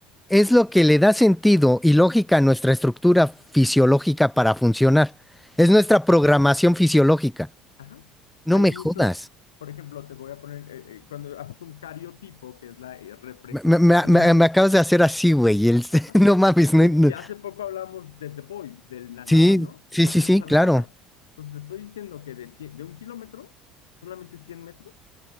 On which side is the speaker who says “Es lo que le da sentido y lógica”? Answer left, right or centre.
Centre